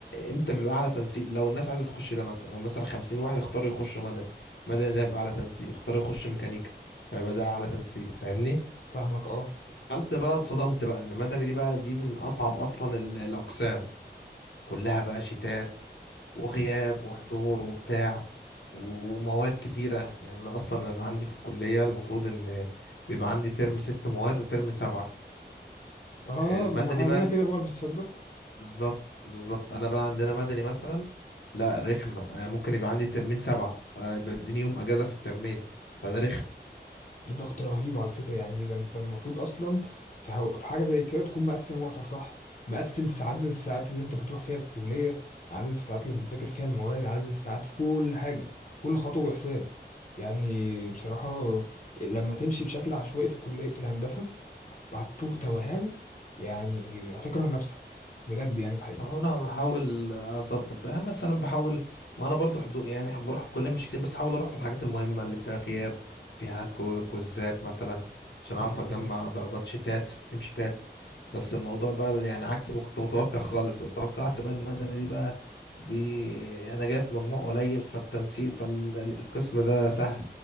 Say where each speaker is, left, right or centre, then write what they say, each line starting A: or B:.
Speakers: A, on the left; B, on the left.
A: امتى بيبقى أعلى تنسيق لو الناس عايزة تخش ده مثلا لو مثلا خمسين واحد اختاروا يخشوا مدني مدني ده يبقى أعلى تنسيق اختاروا يخشوا ميكانيكا فيبقى ده أعلى تنسيق فاهمني
B: فاهمك اه
A: قلت بقى اتصدمت بقى إن مدني دي بقى دي من أصعب أصلا ال- الأقسام كلها بقى شتات وغياب وحضور وبتاع ومواد كتيرة يعني أنا أصلا أنا عندي في الكلية المفروض إن بيبقى عندي ترم ست مواد وترم سبعة
B: اه
A: آه، مدني
B: ما احنا عندنا
A: بقى
B: كده برضو تصدق
A: بالظبط بالظبط انا بقى عندنا مدني مثلا لا رخمه أنا ممكن يبقى عندي ترمين سبعه آه، يبقى اديني يوم اجازه في الترمين فده رخم
B: ده ضغط رهيب على فكره يعني إيه ده انت المفروض اصلا في هو- في حاجه زي كده تكون مقسم وقتك صح مقسم ساعات- عدد الساعات اللي انت بتروح فيها الكليه عدد الساعات اللي بتذاكر فيها المواد عدد الساعات في كل حاجه كل خطوه بحساب يعني بصراحه لما تمشي بشكل عشوائي في الكليه في الهندسه وهتوه توهان يعني هتكره نفسك بجد يعني
A: ما هو انا بحاول اظبط ده يعني مثلا بحاول ما انا برضو حضو يعني بروح الكليه مش كتير بس احاول اروح في الحاجات المهمه اللي فيها غياب فيها كو- كوزات مثلا عشان اعرف
B: الحقيقه
A: اجمع درجات شتات تسليم شتات بس الموضوع بقى يعني عكس ما كنت متوقع خالص توقعت بقى ان المدني دي بقى دي انا جايب مجموع قليل فالتنسيق فالقسم ده سهل